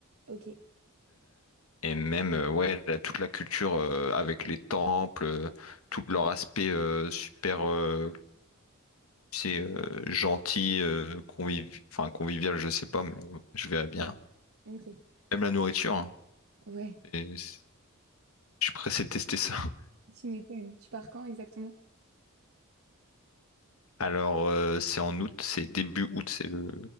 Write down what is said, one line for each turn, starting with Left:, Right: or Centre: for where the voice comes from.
Right: Ok,
Left: Et même, euh, ouais, la- toute la culture euh, avec les temples, euh, tout leur aspect euh, super, euh, tu sais, euh, gentil, euh, conviv- enfin, convivial, je sais pas, mais on- je verrais bien.
Right: ok.
Left: Même la nourriture, hein.
Right: Ouais,
Left: Et c'est- je suis pressé de tester ça. <laughs>
Right: tu m'étonnes. Tu pars quand exactement?
Left: Alors, euh, c'est en août, c'est début août, c'est le...